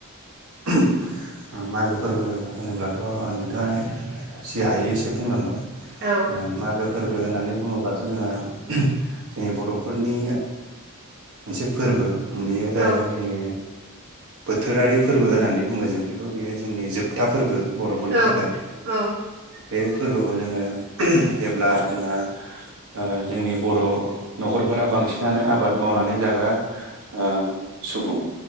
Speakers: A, on the right; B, on the right.
A: <inaudible> मागो फोरबो होनोब्लाथ' नोंथाङा जि हायो एसे बुंलांबाय
B: औ
A: मागो फोरबो होननानै बुङोबाथ' जोंहा जोंनि बर'फोरनि मोनसे फोरबो बेयो जाहैबाय
B: औ
A: जोंनि बोथोरारि फोरबो होननानै बुङो जों बेखौ बेयो जोंनि जोबथा फोरबो बर'फोरनि
B: औ
A: थाखाय बे फोरबोखौ जोङो जेब्ला जोंहा ओ जोंनि बर' न'खरफोरा बांसिनानो आबाद मावनानै जाग्रा। ओ सुबुं